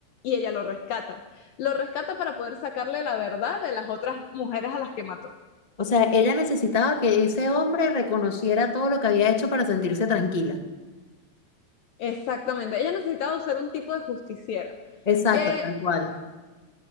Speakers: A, on the left; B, on the left.
A: Y ella lo rescata. Lo rescata para poder sacarle la verdad de las otras mujeres a las que mató.
B: O sea, ella necesitaba que ese hombre reconociera todo lo que había hecho para sentirse tranquila.
A: Exactamente. Ella necesitaba ser un tipo de justiciera.
B: Exacto,
A: Que
B: tal cual.